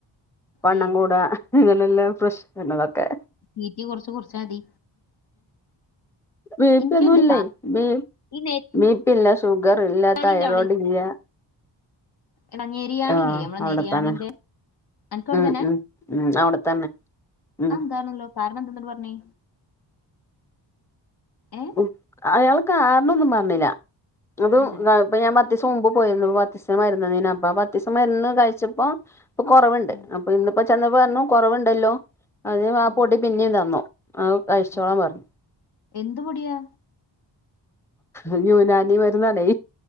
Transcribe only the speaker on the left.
ഏ
തീറ്റി കുറച്ച് കുറച്ചാ മതി
എനിക്കും
എന്റെ
കാ-
ഈ
നെരിയാണിന്റെ
എണരിയാണി
ഇല്ലേ നമ്മടെ
നെരിയാണീന്റെ അനക്ക് അവിടെ
തന്നെ
അത് എന്താണല്ലോ കാരണം എന്താ എന്നിട്ട് പറഞ്ഞേ ഏ
ഏ
ഉം,
ഉം,
ഉം.
എന്ത് പൊടിയാ